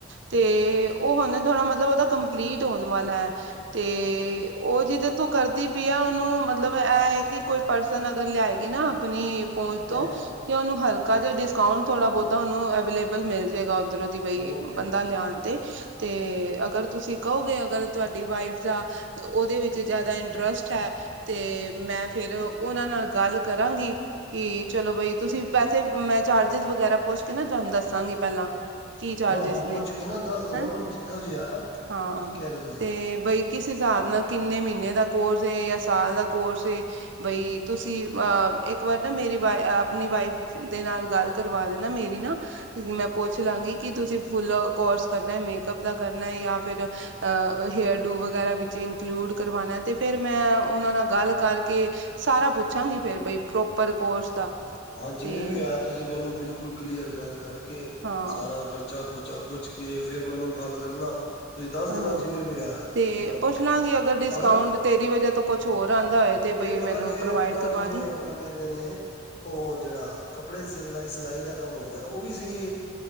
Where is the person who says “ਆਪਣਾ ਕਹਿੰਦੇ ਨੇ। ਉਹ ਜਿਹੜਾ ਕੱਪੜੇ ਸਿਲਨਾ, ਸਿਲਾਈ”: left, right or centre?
Left